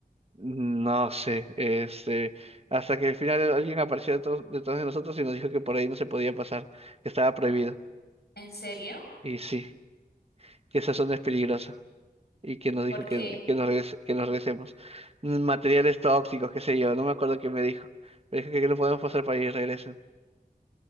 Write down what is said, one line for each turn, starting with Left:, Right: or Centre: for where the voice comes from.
Right: No sé, este, hasta que al final alguien apareció detrás, detrás de nosotros y nos dijo que por ahí no se podía pasar, que estaba prohibido.
Left: ¿En serio?
Right: Y sí, que esa zona es peligrosa y que nos
Left: ¿Por
Right: dijo que,
Left: qué?
Right: que nos regrese- que nos regresemos. Mm, Materiales tóxicos, qué sé yo, no me acuerdo qué me dijo. Pero dijo que no podemos pasar por ahí y regresen.